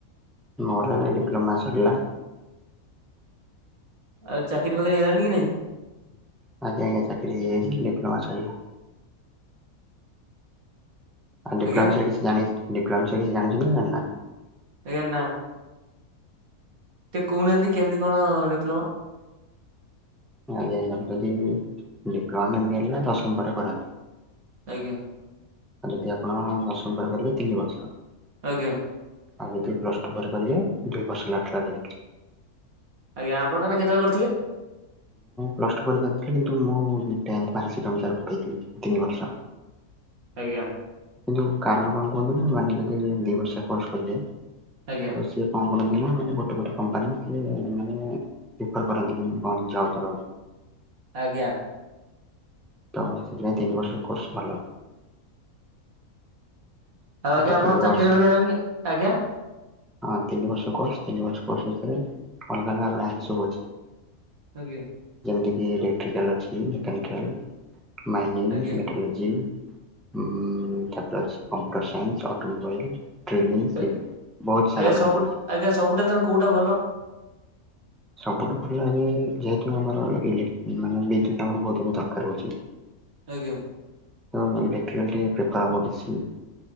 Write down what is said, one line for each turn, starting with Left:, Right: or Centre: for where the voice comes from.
Centre: ମୋର ଏବେ ଡିପ୍ଲୋମା ସରିଲା।
Right: ଆ ଚାକିରି ବାକିରି ହେଲାଣିକି କି ନହିଁ।
Centre: ଆଜ୍ଞା ଆଜ୍ଞା ଚାକିରି ହେଇଯାଇଛି, ଡିପ୍ଲୋମା ସରିଲା। ଆ ଡିପ୍ଲୋମା
Right: ଆଜ୍ଞା
Centre: ବିଷୟରେ କିଛି ଜାଣି ଡିପ୍ଲୋମା ବିଷୟରେ କିଛି ଜାଣିଛନ୍ତି ନା ଜାଣିନାଁହାନ୍ତି,
Right: ଏ ନା। ଟିକେ କହୁନାହାନ୍ତି କେମିତି କଣ ଡିପ୍ଲମା।
Centre: ଆଜ୍ଞାାଆଜ୍ଞା ଯଦି ଡିପ୍ଲୋମା ମିଳିଲା ଦଶମ ପରେ କରନ୍ତି।
Right: ଆଜ୍ଞା।
Centre: ଯଦି ଆପଣ ଦଶମ ପରେ କରିବେ ତିନି ବର୍ଷ।
Right: ଆଜ୍ଞା।
Centre: ଆଉ ଯଦି ପ୍ଲସଟୁ ପରେ କରିବେ ଦୁଇ ବର୍ଷ <inaudible> ମୁଁ
Right: ଆଜ୍ଞା ଆପଣ ତାହେଲେ କେତେବେଳେ କରିଥିଲେ
Centre: ପ୍ଲସ ଟୁ ପରୀକ୍ଷା ଦେଇଥିଲି କିନ୍ତୁ ମୁଁ ଟେନ୍ତ ପରିସ ତାଙ୍କର ପକେଇଥିଲି ତିନି ବର୍ଷ।
Right: ଆଜ୍ଞା
Centre: କିନ୍ତୁ କାରଣ କଣ କୁହନ୍ତୁ ନା ମାନ ଯଦି ଦି ବର୍ଷା କୋର୍ସ କରିଦିଏ।
Right: ଆଜ୍ଞା
Centre: ତ ସିଏ କଣ କରଥିଲା ମାନେ ଗୋଟେ ଗୋଟେ କମ୍ପାନୀ ସ ମାନେ ବେପାର କରନ୍ତିନି କଣ ଜବ କର।
Right: ଆଜ୍ଞା।
Centre: ତମେ ସେଦିନାଇ ତିନି ବର୍ର କୋର୍ସ ଭଲ।
Right: ଆଉ ଆଜ୍ଞା
Centre: ତ
Right: ଆପଣଙ୍କର
Centre: ତିନି
Right: ଚାକିରି
Centre: ବର୍ଷ
Right: ଫରି ହେଲାଣି କି ଆଜ୍ଞା।
Centre: ହଁ ତିନି ବର୍ଷ କୋର୍ସ ତିନ ବର୍ଷ କୋର୍ସ ଭିତରେ ଅଲଗା ଅଲଗା ନ୍ରଞ୍ଚ ସବୁ ଅଛି।
Right: ଆଜ୍ଞା।
Centre: ଯେମିତି କି ଇଲେକ୍ଟ୍ରିକାଲ ଅଛି ମେକାନିକାଲ ମାଇନିଂ
Right: ଆଜ୍ଞା
Centre: ମେଟାଲୋଜି। ହୁଁ ତାପରେ ଅଛି କମ୍ପିୁଟାର ସାଇନ୍ସ ଅଟୋମୋବାଇଲ। ଟ୍ରେଲିଂ ସିଭିଲ୍
Right: ଆଜ୍ଞା
Centre: ବହୁତ ସାରା
Right: ସବୁଠ
Centre: ବ୍ରାଞ୍ଚ ଅଛି
Right: ଆଜ୍ଞା ସବୁଠା ତ କୋଉଟା ଭଲ।
Centre: ସବୁଠୁ ଭଲ ଏବେ ଯେହେତୁ ଆମରଇ ମାନେ ବିଦ୍ୟୁତ ଆମର ବହୁତ ଦରକାର ହଉଛି। ତ
Right: ଆଜ୍ଞା
Centre: ଇଲେକ୍ଟ୍ରିକଲଟି ପ୍ରେଫାର ହେବ ବେଶି।